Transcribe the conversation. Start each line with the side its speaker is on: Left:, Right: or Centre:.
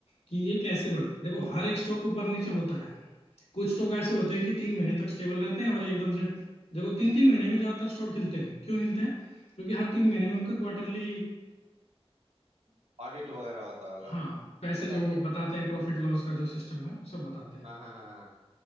Left: कि ये कैसे बढ़ते हैं देखो
Right: हम्म
Left: हर एक स्टॉक ऊपर नीचे होता है कुछ स्टॉक ऐसे होते हैं कि तीन
Right: ठीक
Left: महीने
Right: है
Left: तक स्टेबल रहते हैं और एकदम से देखो तीन तीन महीने में ज्यादातर स्टॉक हिलते हैं क्यों हिलते हैं क्योंकि हर तीन
Right: अच्छा
Left: महीने में उनका क्वार्टरली
Right: ऑडिट वगैरह होता होगा
Left: हाँ पैसे
Right: ऐसा
Left: जो
Right: क्या
Left: बताते हैं प्रॉफिट लॉस का जो सिस्टम है सब बताते हैं
Right: हाँ हाँ हाँ हाँ